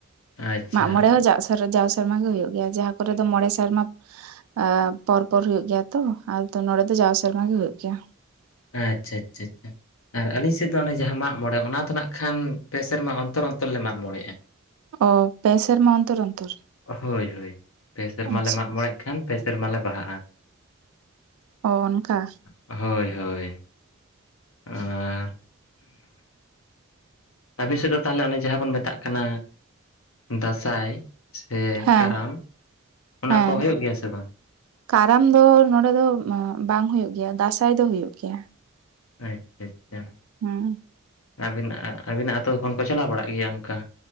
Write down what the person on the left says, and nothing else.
ᱟᱪᱪᱷᱟ
ᱟᱪᱷᱟ-ᱟᱪᱷᱟ, ᱟᱪᱷᱟ ᱟᱨ ᱟᱹᱞᱤᱧ ᱥᱮᱫ ᱫᱚ ᱚᱱᱮ ᱡᱟᱦᱟᱸ ᱢᱟᱜ ᱢᱚᱬᱮ ᱚᱱᱟ ᱫᱚ ᱱᱟᱜ ᱠᱷᱟᱱ ᱯᱮ ᱥᱮᱨᱢᱟ ᱚᱱᱛᱚᱨ- ᱚᱱᱛᱚᱨ ᱞᱮ ᱢᱟᱜ ᱢᱚᱬᱮᱜᱼᱟ
ᱦᱳᱭ ᱦᱳᱭ ᱯᱮ ᱥᱮᱨᱢᱟ
ᱞᱮ ᱢᱟᱜ ᱢᱚᱲᱮᱭᱮᱫ ᱠᱟᱱ ᱠᱷᱟᱱ ᱯᱮ ᱥᱮᱨᱢᱟᱟᱞᱮ ᱵᱟᱦᱟᱜᱼᱟ᱾
ᱦᱚᱭ- ᱦᱚᱭ ᱟᱨ ᱟᱹᱵᱤᱱ ᱥᱮᱫ ᱫᱚ ᱛᱟᱦᱚᱞᱮ ᱚᱱᱮ ᱡᱟᱦᱟᱸ ᱵᱚᱱ ᱢᱮᱛᱟᱜ ᱠᱟᱱᱟ ᱫᱟᱸᱥᱟᱭ ᱥᱮ
ᱠᱟᱨᱟᱢ ᱚᱱᱟ
ᱠᱚ ᱦᱩᱭᱩᱜ ᱜᱮᱭᱟ ᱥᱮ ᱵᱟᱝ
ᱟᱪᱷᱟ-ᱟᱪᱷᱟ
ᱟᱹᱵᱤᱱ-ᱟᱹᱵᱤᱱᱟᱜ ᱟᱹᱛᱩ ᱠᱷᱚᱱ ᱠᱚ ᱪᱟᱞᱟᱣ ᱵᱟᱲᱟᱜ ᱜᱮᱭᱟ ᱚᱱᱠᱟ